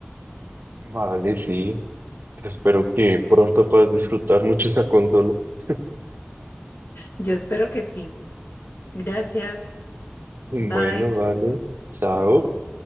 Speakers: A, on the right; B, on the left.
A: Vale, sí. Espero que pronto puedas disfrutar mucho esa consola. <laughs>
B: Yo espero que sí. Gracias.
A: Bueno,
B: Bye.
A: vale. Chao.